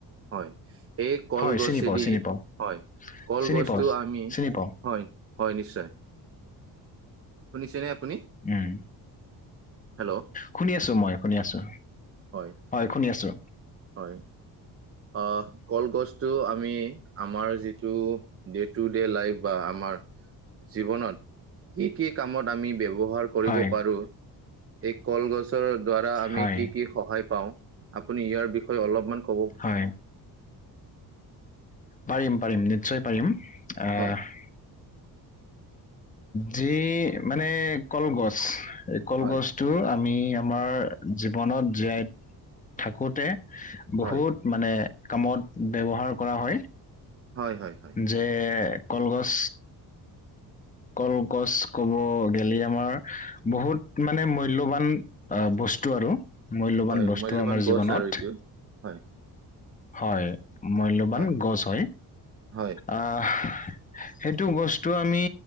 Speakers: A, on the right (about 35°); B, on the left (about 20°).
A: হয়, এই কলগছ
B: হয় চিনি
A: যদি
B: পাওঁ চিনি পাওঁ
A: হয়, কলগছটো
B: চিনি পাওঁ
A: আমি
B: চিনি পাওঁ
A: হয় হয় নিশ্চয়, শুনিছেনে? আপুনি?
B: উম,
A: হেল্ল'
B: শুনি আছো মই শুনি আছো।
A: হয়।
B: শুনি আছো
A: হয়। অ, কলগছটো আ আমি আমাৰ যিটো ডে টু ডে লাইফ বা আমাৰ জীৱনত কি কি কামত আমি ব্যৱহাৰ কৰিব
B: হয়
A: পাৰো এই কলগছৰ দ্বাৰা আমি
B: হয়
A: কি কি সহায় পাওঁ। আপুনি ইয়াৰ বিষয়ে অলপমান ক
B: হয়। পাৰিম, পাৰিম, নিশ্চয় পাৰিম, আহ
A: হয়,
B: যি মানে কলগছ, এই কলগছটো
A: হয়,
B: আমি আমাৰ জীৱনত জীয়াই থাকোঁতে বহুত
A: হয়,
B: মানে কামত ব্যৱহাৰ কৰা হয়।
A: হয়, হয়, হয়,
B: যে কলগছ কলগছ ক'ব গেলে আমাৰ বহুত মানে মূল্যবান ব স্তু আৰু, মূল্যবান
A: হয়,
B: বস্তু
A: মূল্যৱান
B: আৰু আমাৰ
A: গছ
B: জীৱনত।
A: আৰু এইটো। হয়,
B: হয়, মূল্যবান
A: হয়,
B: গছ হয়,
A: হয়,
B: আহ সেইটো বস্তু আমি